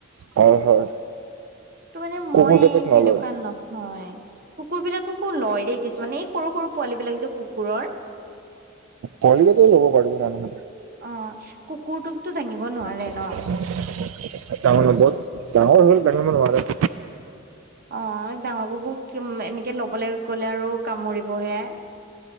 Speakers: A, on the right; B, on the right.
A: হয় হয়।
B: ত মানে
A: কুকুৰ
B: মই
A: কেইটাক নলয়
B: তেনেকুৱা নহয়। কুকুৰ বিলাককো লয় দেই কিছুমানে এই সৰু সৰু পোৱালী বিলাক যে কুকুৰৰ।
A: পোৱলি গিটাক ল'ব পাৰিব মানুহে।
B: অ কুকুৰটোকতো দাঙিব নোৱাৰে
A: তাৰ
B: ন
A: মানে বহুত ডাঙৰ হ'ল ডাঙৰ মানে
B: অ ডাঙৰকো এনেকে লবলৈ গ'লে আৰু কামুৰিবহে।